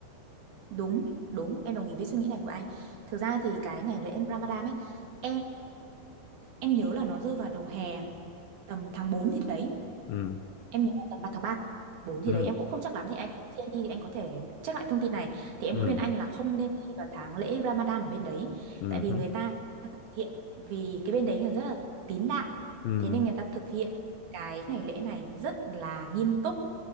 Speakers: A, on the right (about 65°); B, on the left (about 75°).
A: Đúng, đúng, em đồng ý với suy nghĩ này của anh. Thực ra thì cái ngày lễ em Ramadan ấy, em em nhớ là nó rơi vào đầu hè, tầm tháng 4 thì đấy.
B: ừ
A: Em nhớ là tầm ba tháng ba bốn thì
B: ừ
A: đấy, em cũng không chắc lắm thì anh khi anh đi thì anh có thể check lại thông tin này. Thì em
B: ừ
A: khuyên anh là không nên đi vào tháng lễ Ramadan ở bên đấy,
B: ừ
A: tại vì người ta thực hiện vì cái bên đấy là rất là tín đạo.
B: ừ
A: Thế nên người ta thực hiện cái ngày lễ này rất là nghiêm túc